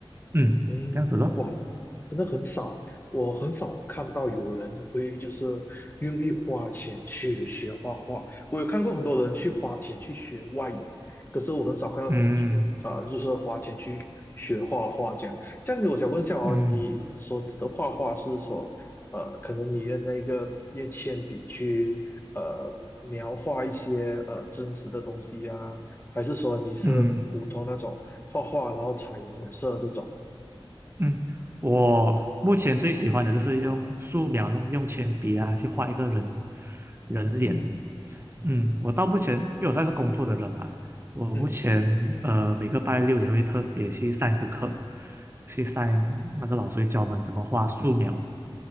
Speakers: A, on the right; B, on the left.
A: 嗯，
B: 嗯，
A: 这样子咯，
B: 哇，真的很少，我很少看到有人会就是愿意花钱去学画画。我有看过很多人去花钱去学外语，可是我很少看到他们去啊、
A: 嗯
B: 呃就是花钱去学画画这样。这样子，我想问一下哦，
A: 嗯
B: 你所指的画画是说，呃，可能你用那个用铅笔去呃描画一些呃真实的东西啊，还是说你是普通那种画画然后彩颜色这种？
A: 嗯嗯，嗯我目前最喜欢的就是用素描咯，用铅笔啊去画一个人人脸，
B: 嗯
A: 嗯，我到目前，因为我算是工作的人嘛，我目前呃每个拜六也会特别去上一个课，
B: 嗯，
A: 去上那个老师教我们怎么画素描。